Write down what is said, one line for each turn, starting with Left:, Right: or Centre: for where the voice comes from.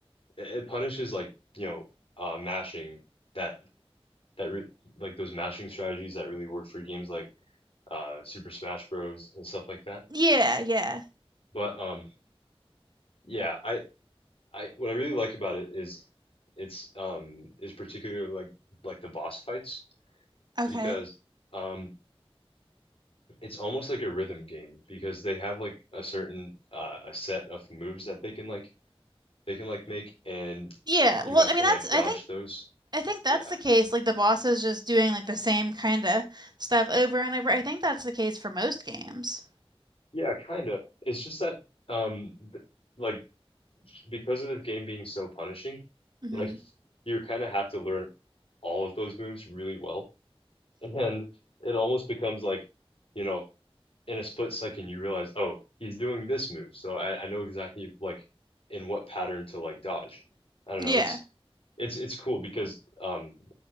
Left: it it punishes like you know uh mashing that that re like those mashing strategies that really work for games like uh Super Smash Bros and stuff like that.
Right: Yeah, yeah.
Left: But um yeah, I I what I really like about it is it's um is particularly like like the boss fights
Right: Okay.
Left: because um It's almost like a rhythm game because they have like a certain uh, a set of moves that they can like they can like make and
Right: Yeah.
Left: you
Right: Well,
Left: have
Right: I mean
Left: to like
Right: that's I
Left: dodge
Right: think.
Left: those.
Right: I think that's
Left: Yeah.
Right: the case. Like the boss is just doing like the same kind of stuff over and over. I think that's the case for most games.
Left: Yeah, kind of. It's just that um th- like because of the game being so punishing,
Right: hmm
Left: like you kind of have to learn all of those moves really well. And then it almost becomes like, you know, in a split second you realize, oh, he's doing this move, so I, I know exactly like in what pattern to like dodge. I don't
Right: Yeah.
Left: know. It's it's it's cool because um